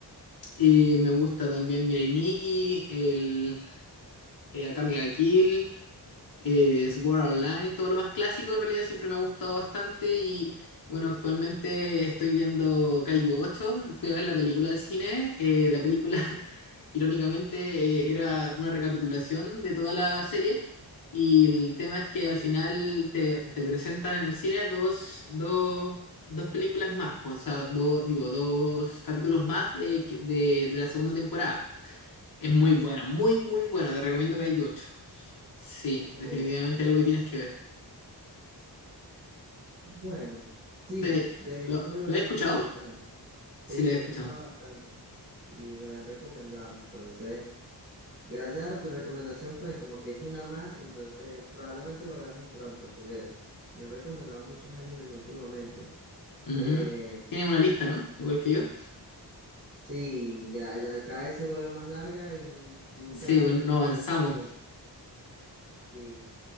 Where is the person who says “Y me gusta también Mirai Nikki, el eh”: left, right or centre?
Left